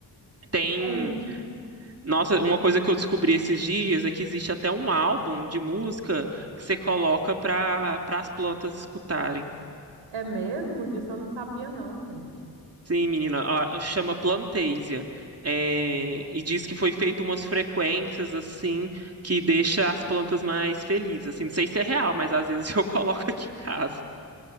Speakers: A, on the right (about 35°); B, on the right (about 85°).
A: Tem,
B: Sim,
A: nossa, uma coisa que eu descobri esses dias é que existe até um álbum de música que você coloca para para as plantas escutarem.
B: é mesmo? Disso eu não sabia, não, gente.
A: Sim, menina, a- chama Plantasia. É, e diz que foi feito umas frequências assim que deixa as plantas mais felizes. Assim, não sei se é real, mas às vezes <laughs> eu coloco aqui em casa.